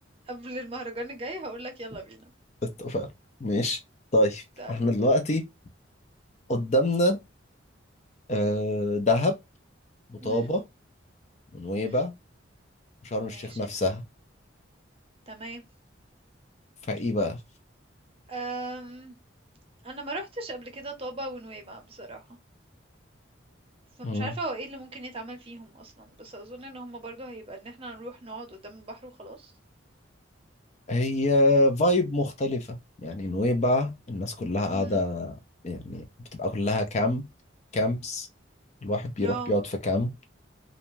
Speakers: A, on the right (about 30°); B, on the left (about 35°).
A: قبل المهرجان الجاي هقولك يلا بينا
B: اتفقنا ماشي طيب
A: طيب
B: احنا دلوقتي قدامنا آه، دهب وطابة
A: امم
B: ونويبع
A: امم
B: وشرم الشيخ
A: ماشي
B: نفسها
A: تمام
B: فايه بقى
A: أم... انا ما روحتش قبل كده طابة ونويبع بصراحة فمش
B: مم.
A: عارفة هو ايه اللي ممكن يتعمل فيهم اصلا بس اظن ان هما برضو هيبقى ان احنا نروح نقعد قدام البحر وخلاص
B: هي فايب مختلفة يعني نويبع الناس كلها قاعدة
A: امم
B: يعني بتبقى كلها كامب كامبس الواحد بيروح
A: اه
B: بيقعد في كامب